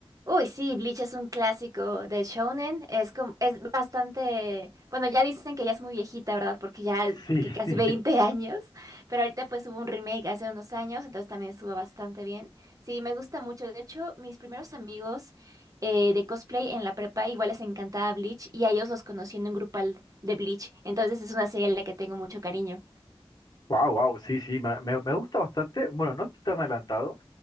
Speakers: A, on the right; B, on the left.
A: Uy, sí, Bleach es un clásico de shounen, es como, es bastante, bueno, ya dicen que ya es muy viejita, ¿verdad? Porque ya
B: Sí,
A: que casi
B: sí.
A: 20
B: <laughs>
A: años, pero ahorita pues hubo un remake hace unos años, entonces también estuvo bastante bien. Sí, me gusta mucho. De hecho, mis primeros amigos eh, de cosplay en la prepa igual les encantaba Bleach y a ellos los conocí en un grupal de Bleach, entonces es una serie a la que tengo mucho cariño.
B: Wow, wow, sí, sí, me, me- me gusta bastante. Bueno, no estoy tan adelantado,